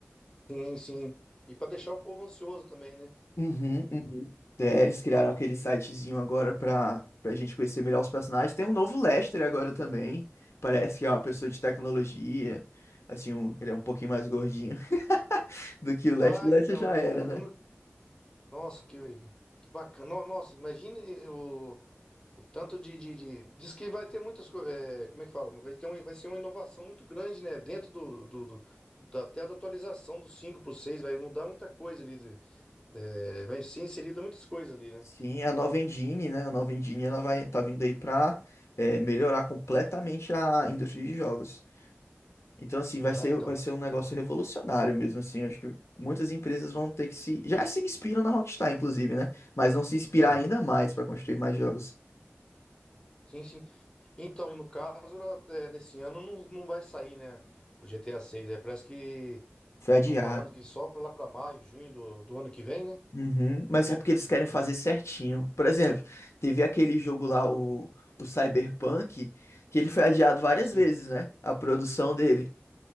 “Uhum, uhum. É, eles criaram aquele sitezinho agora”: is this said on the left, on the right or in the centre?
Left